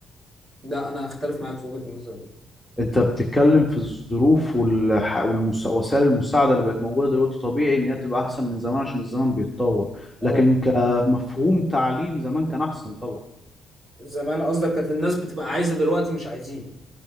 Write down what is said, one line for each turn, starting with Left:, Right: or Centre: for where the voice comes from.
Right: لا انا اختلف معاك في وجهة النظر دي
Centre: انت بتتكلم في الظروف والح... والمس... وسائل المساعده اللي بقت موجوده دلوقتي طبيعي ان هي تبقى احسن من زمان عشان الزمن بيتطور
Right: اه
Centre: لكن كمفهوم تعليم زمان كان احسن طبعا
Right: زمان قصدك كانت الناس بتبقى عايزة دلوقتي مش عايزين